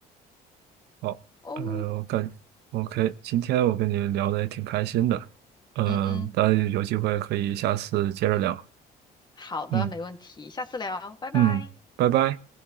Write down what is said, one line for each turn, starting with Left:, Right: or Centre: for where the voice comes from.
Right: 好，
Left: 哦，
Right: 呃，我感 OK，今天我跟你聊的也挺开心的，嗯、
Left: 嗯嗯，
Right: 当然有机会可以下次接着聊，
Left: 好的，
Right: 嗯
Left: 没问题，下次聊，拜拜。
Right: 嗯，拜拜。